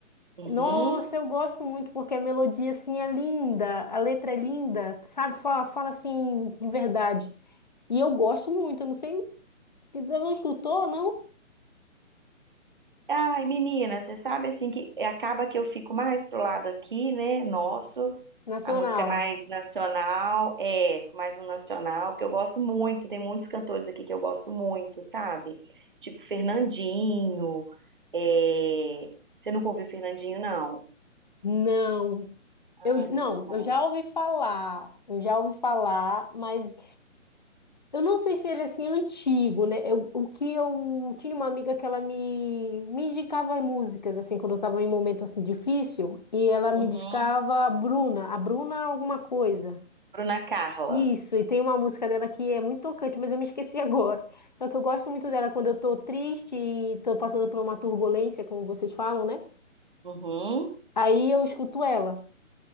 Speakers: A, on the right; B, on the left.
A: uhum.
B: Nossa, eu gosto muito porque a melodia assim é linda, a letra é linda, sabe? Fala, fala assim de verdade. E eu gosto muito, eu não sei, você não escutou, não?
A: Ai, menina, você sabe assim que acaba que eu fico mais pro lado aqui, né? Nosso,
B: Nacional.
A: a música mais nacional, é, mais um nacional, que eu gosto muito, tem muitos cantores aqui que eu gosto muito, sabe? Tipo Fernandinho, é... você nunca ouviu Fernandinho, não?
B: Não.
A: Ai,
B: Eu
A: muito
B: não,
A: bom.
B: eu já ouvi falar, eu já ouvi falar, mas eu não sei se ele é assim antigo, né? Eu, o que eu tinha uma amiga que ela me, me indicava músicas assim quando eu estava em um momento assim difícil e ela me
A: Uhum.
B: indicava a Bruna, a Bruna alguma coisa.
A: Bruna Carla.
B: Isso, e tem uma música dela que é muito tocante, mas eu me esqueci <laughs> agora. Só que eu gosto muito dela quando eu tô triste e tô passando por uma turbulência, como vocês falam, né?
A: Uhum.
B: Aí eu escuto ela.